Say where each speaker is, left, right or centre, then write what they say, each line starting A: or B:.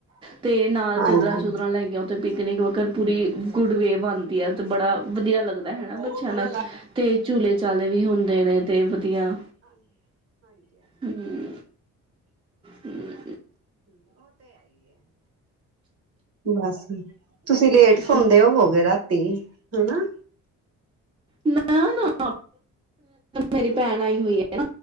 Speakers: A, on the right; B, on the right.
A: ਤੇ ਨਾਲ
B: ਹਾਂਜੀ-ਹਾਂਜੀ,
A: ਚਾਦਰਰਾਾ ਚੁਦਰਰਾ ਲੈ ਗਈਆ ਉੱਥੇ ਪਿਕਨਿਕ ਮਕਰ ਪੂਰੀ ਗੁੱਡ ਵੇ ਬਣਦੀ ਹੈ। ਬੜਾ ਵਧੀਆ ਲੱਗਦਾ ਹਨਾ
B: ਹੂੰ
A: ਬੱਚਿਆਂ ਨਾਲ ਤੇ ਝੂਲੇ ਚਾਲੇ ਵੀ ਹੁੰਦੇ ਨੇ ਤੇ ਵਧੀਆ। ਹੂੰੰ ਹੂੰ
B: ਬੱਸ ਤੁਸੀਂ ਲੇਟ ਸੋਣਦੇ
A: ਤੇ
B: ਹੋ ਹੋ ਗਏ ਤਾਂ ਹਨਾ
A: ਨਾ ਨਾ ਮੇਰੀ ਭੈਣ ਆਈ ਹੋਈ ਹੈ